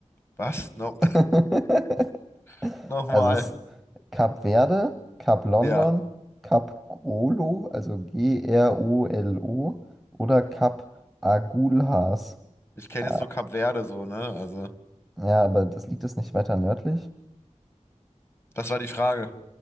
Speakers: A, on the left; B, in the centre.
A: Was? No
B: <laughs>
A: <laughs> Nochmal.
B: Also es ist Kap Verde, Kap London,
A: Ja.
B: Kap Grolo, also G-R-O-L-O oder Kap Agulhas.
A: Ich kenne
B: Ah,
A: jetzt nur Kap Verde so, ne? Also,
B: Ja, aber das liegt es nicht weiter nördlich?
A: das war die Frage.